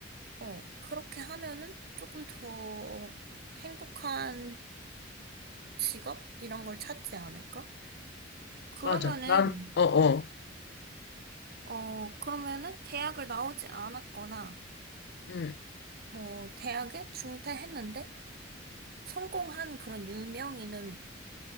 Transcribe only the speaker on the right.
어, 그렇게 하면은 조금 더 행복한 직업? 이런 걸 찾지 않을까? 그러면은,
어, 그러면은 대학을 나오지 않았거나,
뭐, 대학에 중퇴했는데, 성공한 그런 유명인은